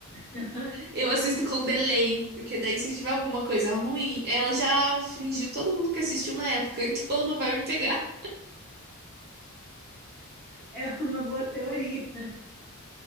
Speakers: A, in the centre; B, on the right (about 45°).
A: <laughs>
B: Eu assisto com delay, porque daí se tiver alguma coisa ruim, ela já fingiu todo mundo que assistiu na época, <laughs> então não vai me pegar.
A: É uma boa teoria.